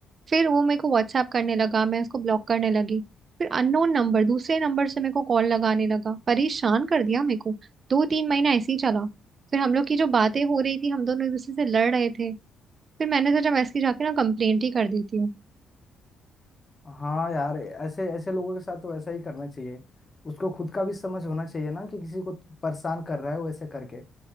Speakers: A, on the right; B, on the left.
A: फिर वो मेरे को व्हाट्सएप करने लगा मैं उसको ब्लॉक करने लगी फिर अननोन नंबर दूसरे नंबर से मेरे को कॉल लगाने लगा परेशान कर दिया मेरे को दो तीन महीना ऐसे ही चला फिर हम लोग की जो बातें हो रही थी हम दोनों एक दूसरे से लड़ रहे थे फिर मैंने सोचा मैं इसकी जाके ना कंप्लेंट ही कर देती हूँ
B: हाँ यार ऐसे ऐसे लोगों के साथ तो ऐसा ही करना चाहिए उसको खुद का भी समझ होना चाहिए ना कि किसी को परेशान कर रहा है वो ऐसे करके